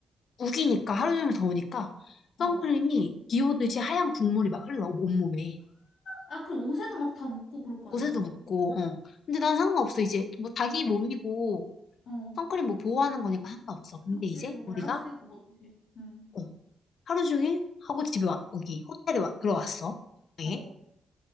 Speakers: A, on the left (about 50°); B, on the left (about 70°).
A: 우기니까 하루 종일 더우니까
B: 어.
A: 선크림이 비 오듯이 하얀 국물이 막 흘러 온몸에.
B: 아, 그럼 옷에도 막 다 묻고 그럴 거
A: 옷에도
B: 아니야.
A: 묻고, 어. 근데 난 상관없어. 이제 뭐 자기 몸이고
B: 어,
A: 선크림 뭐 보호하는 거니까 상관없어. 근데
B: 그치.
A: 이제
B: 뭐 발랐으니까
A: 우리가
B: 뭐 어떡해. 응,
A: 어, 하루 종일 하고 집에 와, 거기 호텔에 와, 들어왔어. 네.
B: 어,